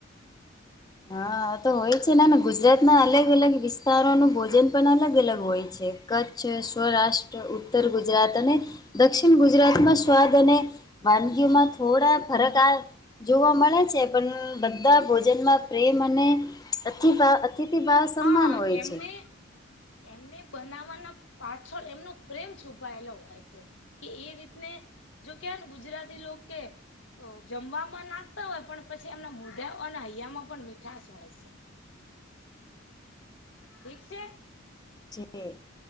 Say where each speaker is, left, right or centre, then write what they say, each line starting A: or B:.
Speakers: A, on the left; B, on the left.
A: હા તો હોય છે ના ના ગુજરાતના અલગ અલગ વિસ્તારોનું ભોજન પણ અલગ અલગ હોય છે. કચ્છ, સૌરાષ્ટ્ર, ઉત્તર ગુજરાત અને દક્ષિણ ગુજરાતમાં સ્વાદ અને વાનગીઓમાં થોડા ફરક આ જોવા મળે છે, પણ બધા ભોજનમાં પ્રેમ અને અતિભા અતિ અતિથિ ભાવ સમાન
B: હા
A: હોય
B: એમને
A: છે.
B: એમને બનાવવાના પાછળ એમનો પ્રેમ છુપાયેલો હોય છે. કે એ રીતને જો કેય ને ગુજરાતી લોક કે જમવામાં નાખતા હોય પણ પછી એમના મુઢા અને હૈયામાં પણ મીઠાસ હોય છે. ઠીક છે.
A: <unintelligible>